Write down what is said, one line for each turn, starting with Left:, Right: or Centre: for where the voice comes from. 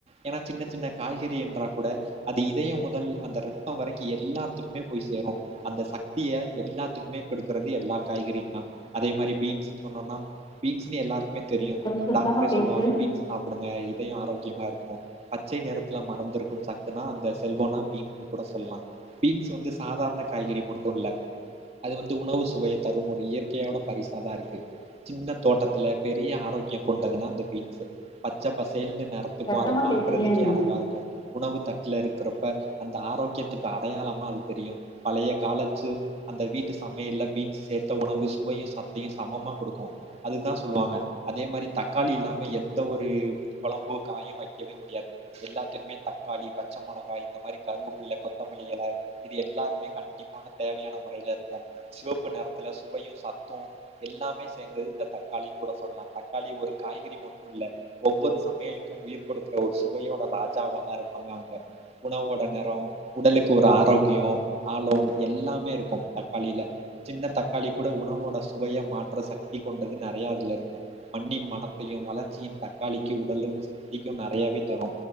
Right: ஏனா சின்ன சின்ன காய்கறி என்றா கூட அது இதயம் முதல் அந்த ரத்தோ வரைக்கு எல்லாத்துக்குமே போய் சேரு அந்த சக்திய எல்லாத்துக்குமே கொடுக்கற்து எல்லா காய்கறிம்தா அதே மாரி பீன்ஸ்ன்னு சொன்னோன்னா பீன்ஸ்ன்னு எல்லாருக்குமே தெரியு
Left: கொஞ்சம் சத்தமாக
Right: டாக்டரே
Left: பேசு
Right: சொல்லுவாங்க பீன்ஸ் சாப்பிடுங்க இதயோ ஆரோக்கியமா இருக்கு பச்சை நிறத்துல மறஞ்சிருக்கும் சத்துனா அந்த செல்வோனா பீன்ஸ்ன்னு கூட சொல்லா பீன்ஸ் வந்து சாதாரண காய்கறி போன்றதுல்ல அது வந்து உணவு சுவைய தரு ஒரு இயற்கையோட பரிசா தா இருக்கு சின்ன தோட்டத்துல பெரிய ஆரோக்யம் கொண்டதுனா இந்த பீன்ஸ்சு பச்ச ப சேல் நெறத்துக்கு
Left: சத்தமாக
Right: அத பாக்கற்துக்கே
Left: பேசுறியா நீ
Right: அழகா இருக்கு உணவு தட்ல இருக்கறப்ப அந்த ஆரோக்கியத்துக்கு அடயாளமா அது தெரியு பலய காலச்சு அந்த வீட்டு சமயல்ல பீன்ஸ் சேத்த உணவு சுவயு சத்தயு சமமா குடுக்கு அது தா சொல்லுவாங்க அதேமாரி தக்காளி இல்லாம எந்த ஒரு கொழம்பு காயு வைக்கவே முடியாது எல்லாத்துக்குமே தக்காளி பச்ச மொளகாய் இந்த மாரி கருவேப்பிள்ள கொத்தமல்லி எல இது எல்லாருமே கண்டிப்பான தேவயான மொறயில இருக்கு சிவப்பு நெறத்துல சுவயு சத்து எல்லாமே சேந்தது இந்த தக்காளின் கூட சொல்லா தக்காளி ஒரு காய்கறி மட்டு இல்ல ஒவ்வொரு சமயலுக்கு உயிர் கொடுக்குற ஒரு சுவயோட ராஜாவா தா இருக்காங்க அவுங்க உணவோட நெறோ உடலுக்கு ஒரு ஆரோக்கியோ ஆலோ எல்லாமே இருக்கும் தக்காளியில சின்ன தக்காளி கூட உணவோட சுவய மாற்ற சக்தி கொண்டது நெறையா அதுல இருக்கு மண்ணின் மணத்தயு வளர்ச்சியு தக்காளிக்கு உடலும் சக்திக்கு நெறையாவே தரு